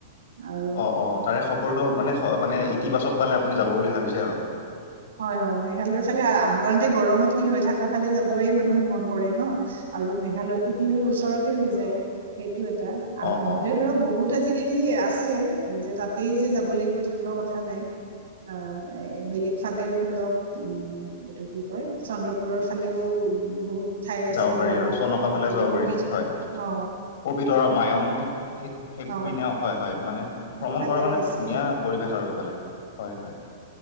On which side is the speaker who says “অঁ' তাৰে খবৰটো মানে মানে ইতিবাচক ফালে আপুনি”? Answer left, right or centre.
Left